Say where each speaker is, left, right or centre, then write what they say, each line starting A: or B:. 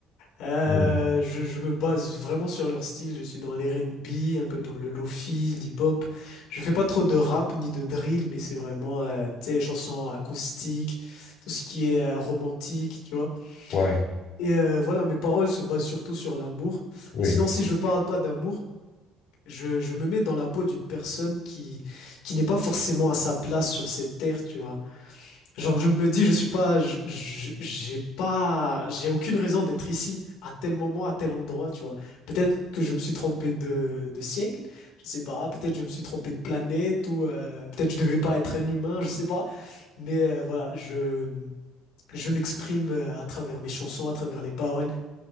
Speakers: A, on the left (about 85°); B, on the left (about 60°).
A: Euh,
B: mhm.
A: je, je me base vraiment sur leur style. Je suis dans l'R&B, un peu dans le lofi, l'hip-hop. Je fais pas trop de rap ni de drill, mais c'est vraiment, euh, tu sais, chansons acoustiques, tout ce qui est euh, romantique, tu vois.
B: Ouais,
A: Et euh, voilà, mes paroles se basent surtout sur l'amour.
B: oui.
A: Mais sinon, si je parle pas d'amour, je, je me mets dans la peau d'une personne qui, qui n'est pas forcément à sa place sur cette terre, tu vois. Genre, je me dis, je suis pas, je- je- j'ai pas, j'ai aucune raison d'être ici, à tel moment, à tel endroit, tu vois. Peut-être que je me suis trompé de, de siècle, je sais pas. Peut-être je me suis trompé de planète, ou euh, peut-être je devais pas être un humain, je sais pas. Mais euh, voilà, je, je m'exprime euh, à travers mes chansons, à travers les paroles.